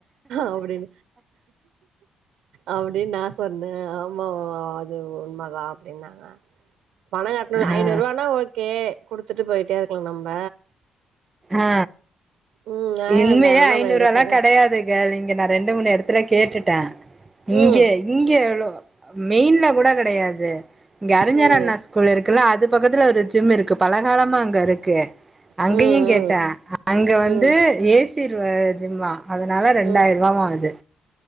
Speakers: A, on the right; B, on the right.
A: அப்டினு அப்டின்னு நா சொன்ன ஆமா அது உண்மதா அப்பிடின்னாங்க பணம் கட்டணும் ஐநூறு
B: ஆ
A: ரூவானா ஓகே குடுத்துட்டு போயிட்டே இருக்கலாம் நம்ப
B: ஆ
A: ம் ஆயிரோ
B: இனிமேய
A: ரெண்டாயிரோனா நம்ம
B: ஐநூறு
A: எங்க
B: ரூவா எல்லாம்
A: போறது
B: கெடையாது கேள் இங்க நான் ரெண்டு மூணு எடத் த்துல கேட்டுட்ட இங்கே
A: ம்
B: இங்க ளோ மெயின்ல கூட கெடையாது இங்க அறிஞர்
A: ம்
B: அண்ணா ஸ்கூல் இருக்குல்ல அது பக்கத்துல ஒரு ஜிம் இருக்கு பல காலமா அங்க இருக் கு அங்கயும்
A: ம்
B: கேட்ட
A: ம்
B: அங்க
A: ம்
B: வந்து ஏசி ரு ஜிம்மா அதனால ரெண்டாயிரூவா
A: ம்
B: வாங்குது